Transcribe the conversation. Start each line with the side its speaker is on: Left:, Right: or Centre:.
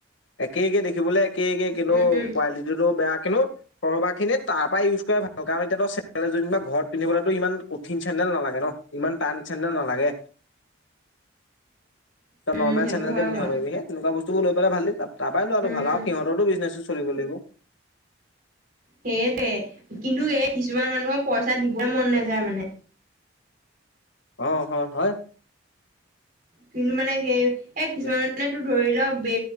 Left: একে-একে দেখিবলৈ <unintelligible> একে-একে কিন্তু
Right: উম,
Left: কোৱালিটিটো বেয়া কিন্তু <inaudible> কৰবাখিনিত তাৰ পৰা ইউজ কৰা ভাল কাৰণ এতিয়াতো চেন্দেল জনিবা ঘৰত পিন্ধিবলৈতো ইমান কঠিন চেন্দেল নালাগে ন। ইমান টান চেন্দেল নালাগে। ত
Right: উম,
Left: নৰ্মেল
Right: সেইটো
Left: চেন্দেলকে
Right: হয়
Left: পিন্ধিব
Right: বাৰু
Left: পাৰি সেই তেনেকুৱা‌ বস্তু লৈ পেলাই ভাল তাৰ পৰা লৰাটো
Right: উম।
Left: ভাল আৰু সিহঁতৰটো বিজনেছ চলিব লাগিব।
Right: সেইটোৱে কিন্তু এই কিছুমান মানুহক পইচা দিবই মন নাযায় মানে।
Left: অ হয় হয়।
Right: কিন্তু মানে সেই এ
Left: তাকে
Right: কিছুমান মানে তোৰ ধৰি ল ব্য